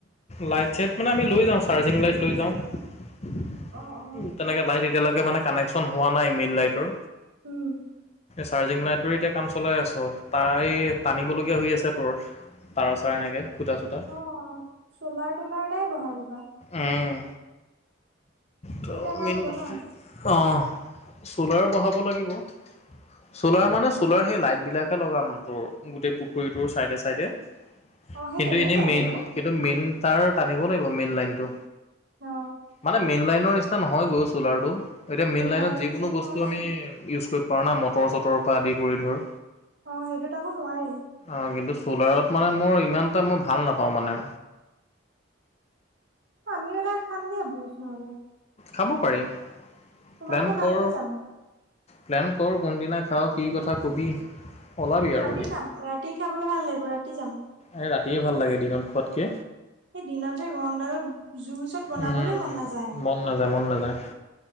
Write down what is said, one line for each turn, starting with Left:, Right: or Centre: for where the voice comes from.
Left: লাইট চাইট মানে আমি লৈ যাওঁ, চাৰ্জিং লাইট লৈ যাওঁ। উম,
Right: অ অ
Left: তেনেকে লাইট এতিয়ালৈকে মানে কানেকচন হোৱা নাই মেইন লাইটৰ।
Right: উম।
Left: চাৰ্জিং লাইটৰ এতিয়া কাম চলাই আছো, তাই টানিবলগীয়া হৈ আছে তোৰ। তাৰ চাৰ এনেকে, খুটা চুটা।
Right: অ', চ'লাৰ ত'লাৰ এটা বহাই ল'বা।
Left: উম, ত'
Right: তেতিয়া ভাল
Left: মেইন
Right: হ'ব ন।
Left: অ', চ'লাৰো বঢ়াব লাগিব। চ'লাৰ মানে চ'লাৰ সেই লাইট বিলাকে লগাম তোৰ, গোটেই পুখুৰীটোৰ চাইডে চাইডে।
Right: অ সেই
Left: কিন্তু
Right: তেনেকুৱাই
Left: এনেই,
Right: ধৰি লওক
Left: কিন্তু মেইন তাৰ টানিব লাগিব মেইন লাইনটো।
Right: অ অ
Left: মানে মেইন লাইনৰ নিচিনা নহয় গৈ চলাৰটো। এতিয়া
Right: মেইন
Left: মেইনলাইনত
Right: লাইটৰ
Left: যিকোনো
Right: নিচিনা নহয়
Left: বস্তু আমি ইউজ কৰিব পাৰোঁ না, মটৰ চটৰ পৰা আদি কৰি ধৰ।
Right: অ', সেইটোত আকো নোৱাৰি।
Left: অ', কিন্তু চ'লাৰত মানে মোৰ ইমান, এটা মই ভাল নাপাওঁ মানে।
Right: আমি এটা খাম দিয়া ভোজ নহ'লে।
Left: খাব পাৰি।
Right: তোমালোকৰ
Left: প্লেন
Right: তালৈকে
Left: কৰ
Right: যাম।
Left: প্লেন কৰ কোনদিনা খাওঁ, কি কথা ক'বি। ওলাবি
Right: ৰাতি
Left: আৰু এদিন
Right: খাম, ৰাতি খাবলৈ ভাল লাগিব ৰাতি যাম।
Left: এই ৰাতিয়ে ভাল লাগে, দিনত খোৱাতকে।
Right: সেই দিনতে যে, গৰমডালত জুইৰ ওচৰত বনাবলৈ
Left: উম,
Right: মন নাযায়।
Left: মন নাযায়, মন নাযায়,